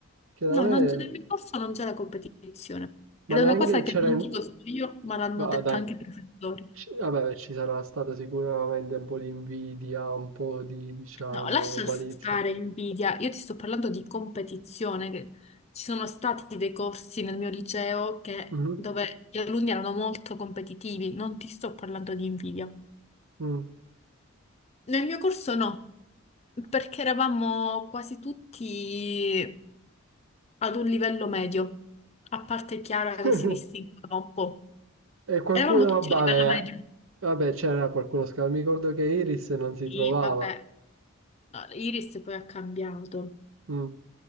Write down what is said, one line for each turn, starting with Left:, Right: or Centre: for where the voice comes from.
Right: Che da
Left: No,
Right: me...
Left: non c'è- nel mio corso non c'è la competizione. Ed
Right: Ma
Left: è
Right: neanche
Left: una cosa
Right: c'era...
Left: che non
Right: in-
Left: dico solo io, ma l'hanno
Right: Ma
Left: detta
Right: dai,
Left: anche i professori.
Right: ci- vabbè, ci sarà stata sicuramente un po' di invidia, un po' di, diciamo,
Left: No, lascia
Right: malizia.
Left: stare invidia. Io ti sto parlando di competizione. che ci sono stati dei corsi nel mio liceo che-
Right: Mhm.
Left: dove gli alunni erano molto competitivi. Non ti sto parlando di invidia.
Right: Mm.
Left: Nel mio corso no, perché eravamo quasi tutti ad un livello medio, a parte Chiara
Right: <laughs>
Left: che si distingueva un po'.
Right: E qualcuno,
Left: Eravamo tutti
Right: vabbè,
Left: a livello medio.
Right: vabbè, c'era qualcuno scappato. Mi ricordo che Iris non si
Left: Sì,
Right: trovava.
Left: vabbè, No, Iris poi ha cambiato,
Right: Mm.